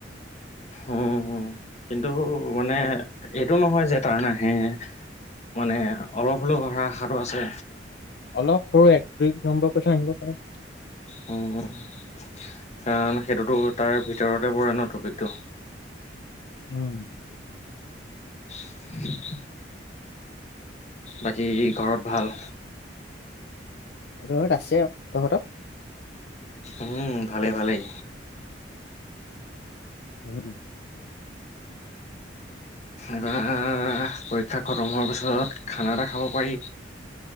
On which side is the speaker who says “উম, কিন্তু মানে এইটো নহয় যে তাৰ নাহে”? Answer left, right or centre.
Left